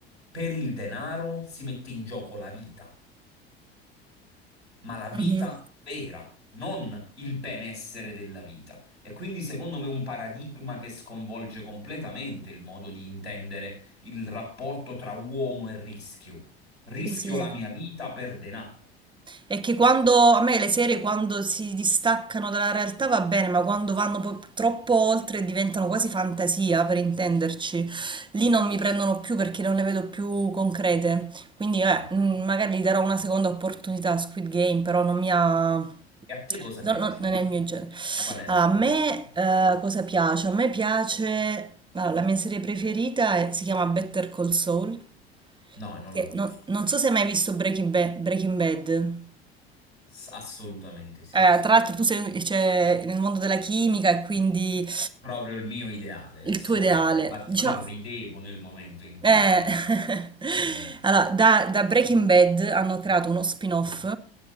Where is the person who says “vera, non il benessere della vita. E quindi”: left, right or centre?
Left